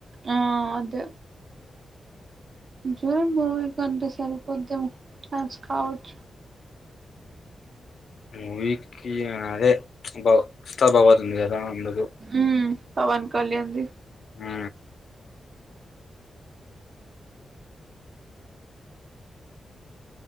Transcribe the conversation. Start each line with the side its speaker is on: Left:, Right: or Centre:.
Right: ఆ అదే జరు ముమి కంట సార్పోద్ద్ద చాజ కావచ్చ
Left: మూవీకి అదే బా ఉత్సద్ బావతు ఉంది కదా అందుకు
Right: ఉమ్ పవన్ కళ్యాణ ది
Left: మ్